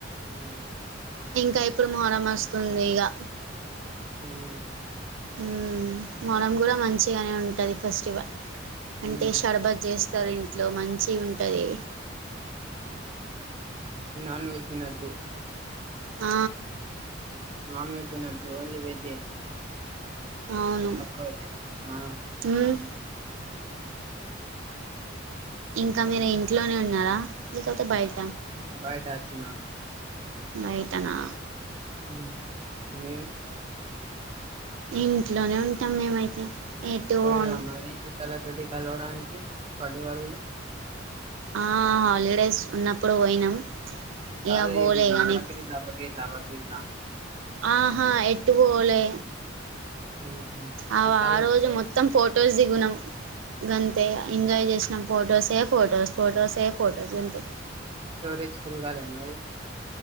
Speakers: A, on the right (about 30°); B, on the right (about 80°).
A: మ్మ్
B: ఇంకా ఇప్పుడు మొహరం వస్తుంది ఇగా
A: ఉమ్
B: మ్మ్ మొహరం కూడా మంచిగానే ఉంటుంది ఫెస్టివల్ అంటే
A: ఉమ్
B: షర్బతు చేస్త సర ఇంట్లో మంచిగుంటది
A: నాన్ వెజ్ దినద్దు
B: ఆ
A: నాన్ వెజ్ తినదు ఓన్లీ వెజ్ ఎ
B: అవును
A: అప్పుడు అయితే ఆ
B: మ్మ్ ఇంకా మీర ఇంట్లోనే ఉన్నారా లేకపోతే బయట
A: బయట ఆచ్చిన
B: బైటనా
A: ఉమ్ మీరు
B: ఇంట్లోనే ఉంటాం మేమైతే ఎటు
A: పాయిరా
B: పోను
A: మరి సుట్టాలతోటి కాలవడానికి పండుగ రోజు
B: ఆ హాలిడేస్ ఉన్నప్పుడు పోయినాం
A: కాదు
B: ఇగ పోలే
A: ఈ
B: ఇగ నెక్స్ట్
A: బక్రీద్ లా బక్రీద్ లా బక్రీద్ లా
B: ఆహా ఎట్టు పోలే
A: ఉహు
B: ఆ
A: చుట్టాలు
B: ఆ రోజు
A: వత్తే
B: మొత్తం ఫొటోస్ దిగినం గంతే ఎంజాయ్ చేసినాం ఫోటోస్ ఏ ఫోటోస్ ఫోటోస్ ఏ ఫోటోస్ అంతే
A: స్టోరేజ ఫుల్ కాలె మరి